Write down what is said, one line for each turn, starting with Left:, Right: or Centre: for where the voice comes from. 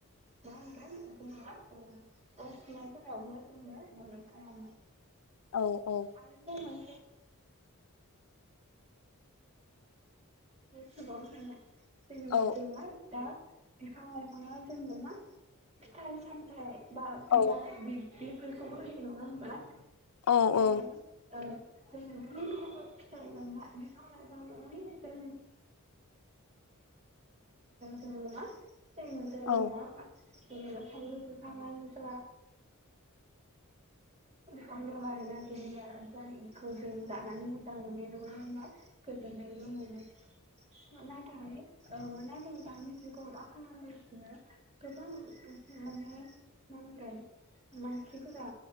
Right: मा होनगोन जोङो ओ अर सुनायफोरावबो जोङो मदद खालामो।
Left: औ औ
Right: आरो‌बाव मोन <unintelligible> जेनेबा
Left: औ
Right: जोंङो दा बिफां लाइफाङा जोंनो मा फिथाइ सामथायाइ बा
Left: औ
Right: बिबार बिब बेफोरखौबो होयो नङा होमबा?
Left: औ
Right: जोंङो
Left: औ
Right: ओं जों गुबुन गुबुन फिथाइ मोनना बिफां लायफां <unintelligible> जोंनिफ्राय जोङो मा फिथाय मोनजायो
Left: औ
Right: नंङा होमबा जोंङो थाइजौ बिफांङानो हो <unintelligible> फां दङ आरोना जेनिनो जायखौ जों जानानै मोजां मोनो नङा होनबा गोजोननायबो मोनो। ना नाथय औ नाथाय दानि जुगाव मा खालामो जोंङो गोबां माने माहोनगोन मानसिफोरा